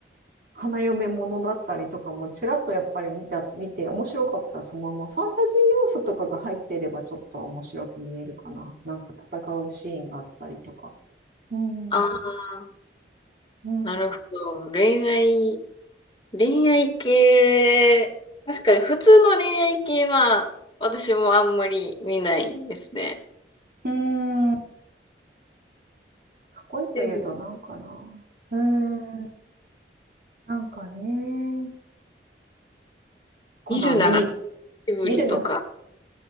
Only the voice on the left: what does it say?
ああ、
なるほど。恋愛、恋愛系、確かに普通の恋愛系は、私もあんまり見ないですね。
でも、
見るなら、エブリとか。